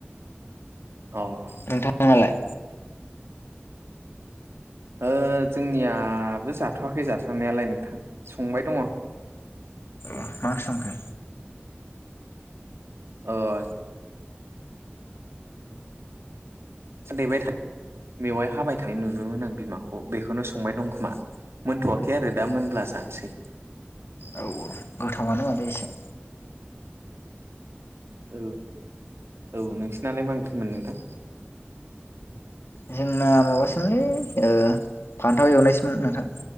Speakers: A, on the right; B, on the left.
A: औ
B: नोंथाङालाय?
A: ओ जोंनियाबो जाथ'वाखै जाथ'नायालाय नोंथां संबाय दङ'
B: मा ओंख्रि संखो
A: ओ देबाय थानाय मेवाय हाबाय थानाय नुदोंमोन आं बिमाखौ बेखौनो संबाय दं खोमा मोनथ'वाखै आरो दा मोनब्ला जानोसै।
B: औ औ गोथावानो माथो एसे
A: औ औ नोंसिनालाय मा ओंख्रिमोन नोंथां
B: जोंना माबासोमोनलै ओ फान्थाव एवनायसोमोन नोंथां।